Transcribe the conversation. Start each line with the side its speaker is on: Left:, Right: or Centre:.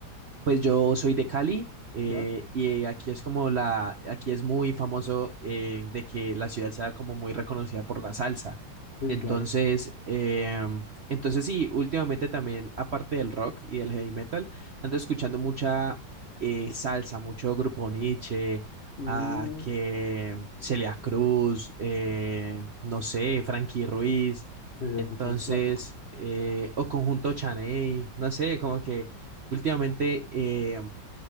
Right: pues yo soy de Cali eh,
Left: ¿Ya?
Right: y aquí es como la, aquí es muy famoso eh, de que la ciudad sea como muy reconocida por la salsa.
Left: Sí,
Right: Entonces,
Left: claro.
Right: em, entonces sí, últimamente también, aparte del rock y del heavy metal, ando escuchando mucha eh, salsa, mucho Grupo Niche,
Left: Mm,
Right: a que Celia Cruz, eh, no sé, Frankie Ruiz,
Left: sí,
Right: entonces,
Left: esos son clásicos.
Right: eh, o Conjunto Chaney, no sé, como que últimamente eh,